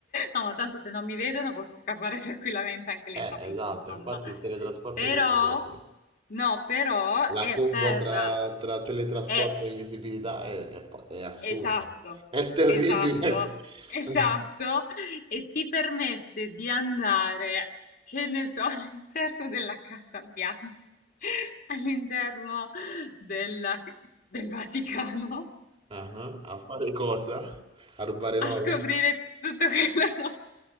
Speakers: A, on the left; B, on the right.
A: No, ma tanto se non mi vedono posso scappare <laughs> tranquillamente, anche lentamente,
B: Eh, esatto,
A: insomma.
B: infatti il teletrasporto
A: Però,
B: che ti serve?
A: no, però
B: La
A: è
B: combo
A: per...
B: tra, tra teletrasporto
A: È,
B: e invisibilità è, è pa- è assurda,
A: Esatto,
B: è terribile.
A: esatto, esatto,
B: <laughs>
A: e ti permette di andare, che ne so, <laughs> all'interno della Casa Bianca, all'interno della- del Vaticano,
B: Ah, A fare cosa? A rubare
A: a
B: l'oro?
A: scoprire tutto quello, no,